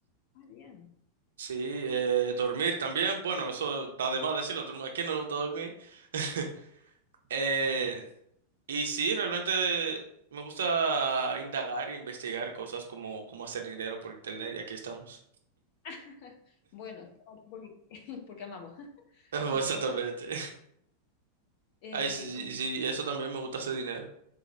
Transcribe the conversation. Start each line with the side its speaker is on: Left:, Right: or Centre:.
Left: Ah, bien.
Right: Sí, eh, dormir también. Bueno, eso está de más decirlo. ¿A quién no le gusta dormir? <laughs> Eh, y sí, realmente me gusta indagar e investigar cosas como cómo hacer dinero por internet y aquí estamos.
Left: <laughs> Bueno, estaba aquí porque, <laughs> porque amamos.
Right: <laughs>
Left: No,
Right: Exactamente.
Left: eh,
Right: Ay, sí,
Left: ¿cómo-
Right: sí, sí, eso también me gusta hacer dinero.